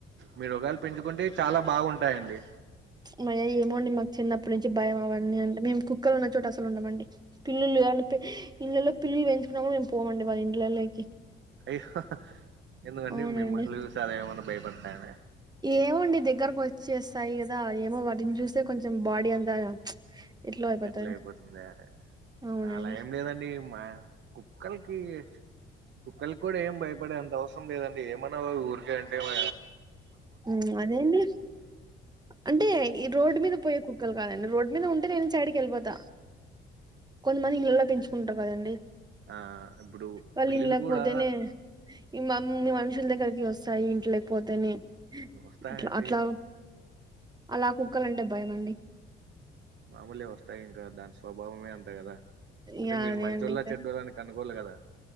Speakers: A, on the right; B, on the right.
A: మీకు ఒకవేల పెంచుకుంటే చాలా బాగుంటాయండి
B: మయ్ ఏమో అండి మాకు చిన్నప్పటి నుంచి భయం అవన్ని అంటే మేము కుక్కలు ఉన్న చోట అసలు ఉండమండి పిల్లి గాని పి ఇళ్లలో పిల్లిల్లు పెంచుకున్నమ మేము పోమండి వాళ్ళ ఇండ్లలోకి
A: అయ్యో ఎందుకండి
B: అవునండి
A: మిమ్మల్ని చూసి అది ఏమన్నా భయపడుతాయన
B: ఏమోండి దగ్గరకు వచ్చేస్తాయి కదా ఏమో వాటిని చూస్తే కొంచెం బాడీ అంతా ఎట్లో అయిపోతది
A: అట్లా అయిపోతుందా అని
B: అవునండి
A: అలా ఏం లేదండి మా కుక్కలకి కుక్కలక్ కూడా ఏం భయపడే అంత అవస్ సరం లేదండి ఏమన్నా ఊరికే అంటే వ్
B: మ్ అదెంది అంటే ఈ రోడ్డు మీద పోయే కుక్కలు కాదండి రోడ్ మీద ఉంటే నేను సైడ్కి వెళ్లిపోతా కొంతమంది ఇళ్ళళ్ళో పెంచుకుంటారు కదండి
A: ఆ ఇప్పుడు
B: వాళ్ళు
A: పిల్లిలు
B: ఇండ్లకు
A: కూడా
B: పోతేనే ఈ మీ మనుషుల దగ్గరకి వస్తాయి ఇంట్లక్ పోతేనే
A: వస్తాయండి
B: అట్లా అట్లా అలా కుక్కాలంటే భయం అండి
A: మామూలే వస్తాయి ఇంకా దాని స్వభావమే అంత కదా అంటే
B: యా
A: మీరు
B: అదే
A: మంచోళ్ళ
B: అండి ఇంకా
A: చెడ్డోళ్ళ కనుకోవలే కదా